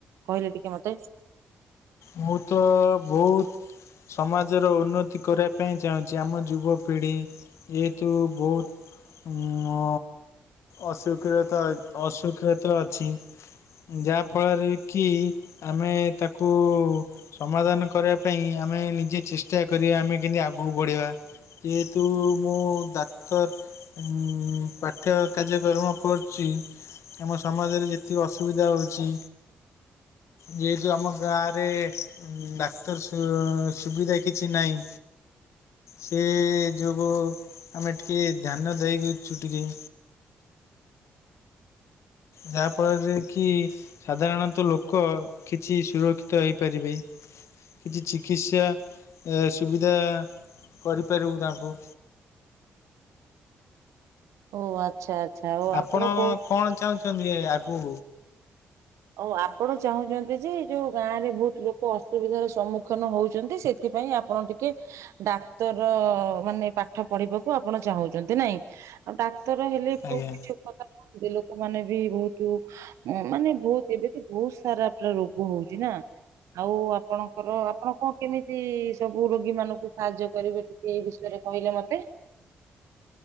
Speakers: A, on the right; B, on the left.
A: କହିଲେ ଟିକେ ମତେ?
B: ମୁଁ ତ ବହୁତ ସମାଜର ଉନ୍ନତି କରିବା ପାଇଁ ଚାହୁଁଛି। ଆମ ଯୁବପିଢ଼ି ଯେହେତୁ ବହୁତ ମ ଅସ୍ୱାକ୍ଷରତା, ଅସ୍ୱାକ୍ଷରତା ଅଛି। ଯାହା ଫଳରେ କି ଆମେ ତାକୁ ସମାଧାନ କରିବା ପାଇଁ ଆମେ ନିଜେ ଚେଷ୍ଟା କରିବା ଆମେ କେମିତି ଆଗକୁ ବଢ଼ିବା। ଯେହେତୁ ମୁଁ ଡାକ୍ତର ଉଁ ପାଠ୍ୟ କାର୍ଯ୍ୟକ୍ରମ କରୁଛି। ଆମ ସମାଜରେ ଯେତିକି ଅସୁବିଧା ହେଉଛି। ଯେହେତୁ ଆମ ଗାଁରେ। ଡାକ୍ତର ସୁ ସୁବିଧା କିଛି ନାହିଁ। ସେ ଯୋଗୁ ଆମେ ଟିକେ ଧ୍ୟାନ ଦେଇ ଦୋଉଛୁ ଟିକେ। ଯାହା ଫଳରେ କି ସାଧାରଣତଃ ଲୋକ କିଛି ସୁରକ୍ଷିତ ହେଇପାରିବେ। କିଛି ଚିକିତ୍ସା ସୁବିଧା କରିପାରିବୁ ତାଙ୍କୁ।
A: ଓ ଆଚ୍ଛା। ଆଚ୍ଛା ଓ
B: ଆପଣ
A: କହୁ
B: କଣ ଚାହୁଁଛନ୍ତି ଆଗକୁ?
A: ଓ ଆପଣ ଚାହୁଁଛନ୍ତି ଯେ ଏ ଯୋଉ ଗାଁ ରେ ବହୁତ ଲୋକ ଅସୁବିଧାର ସମ୍ମୁଖୀନ ହଉଛନ୍ତି ସେ ସେଥିପାଇଁ ଆପଣ ଟିକେ ଡାକ୍ତର ମାନେ ପାଠ ପଢିବାକୁ ଆପଣ ଚାହୁଁଛନ୍ତି ନାଇଁ? ଆଉ ଡାକ୍ତର ହେଲେ ବହତୁ
B: ଆଜ୍ଞା
A: କିଛି ଉପକାର ପାଉଛନ୍ତି। ଲୋକମାନେ ବି ବହୁତ ମାନେ ବହୁତ ଏବେ ତ ବହୁତ ସାରା ପୁରା ରୋଗ ହଉଛି ନା। ଆଉ ଆପଣଙ୍କର ଆପଣ କଣ କେମିତି ସବୁ ରୋଗୀ ମାନଙ୍କୁ ସାହାଯ୍ୟ କରିବେ? ଏଇ ବିଷୟରେ କହିଲେ ମତେ?